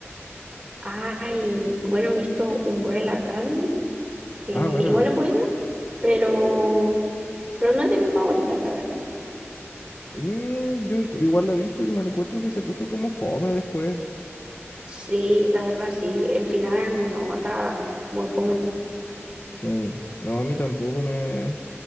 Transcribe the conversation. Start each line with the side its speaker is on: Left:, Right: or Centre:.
Right: ay, bueno, he visto Umbrella Academy, que
Left: Ah,
Right: igual
Left: bueno.
Right: es buena, pero, pero no es de mis favoritas, la verdad.
Left: Mm, yo ic- igual la he visto y me la encuentro que se puso como fome después.
Right: Sí, la verdad sí, el final no está muy fome.
Left: Sí, no, a mí tampoco me,